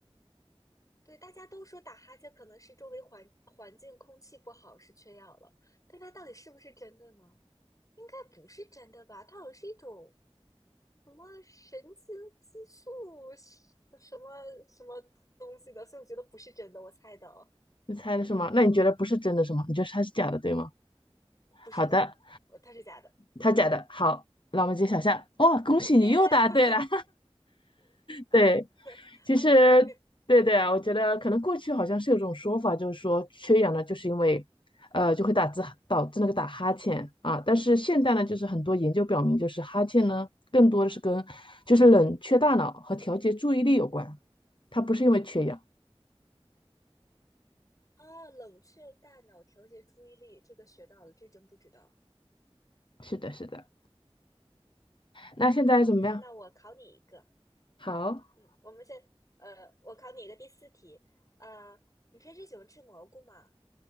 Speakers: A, on the left; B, on the left.
A: 对，大家都说打哈欠可能是周围环环境空气不好是缺氧了，但它到底是不是真的呢？应该不是真的吧？它好像是一种什么神经激素什什么什么东西的，所以我觉得不是真的，我猜的哦，
B: 你猜的是吗？那你觉得不是真的是吗？你觉得它是假的对吗？
A: 不是真，
B: 好的，
A: 呃它是假的，
B: 它假的。好，那我们揭晓下。哇，恭喜你又答对了。
A: 耶、
B: <laughs> 对，
A: <laughs>
B: 其实，
A: 二比一。
B: 对对啊，我觉得可能过去好像是有种说法，就是说缺氧呢，就是因为，呃，就会打字导致那个打哈欠啊。但是现代呢，就是很多研究表明，就是哈欠呢，更多的是跟就是冷却大脑和调节注意力有关，它不是因为缺氧。
A: 啊！冷却大脑调节注意力，这个学到了，这真不知道。
B: 是的，是的。那现在怎么样？
A: 好的，那我考你一个。
B: 好，
A: 嗯，我们先，呃，我考你一个第四题，呃，你平时喜欢吃蘑菇吗？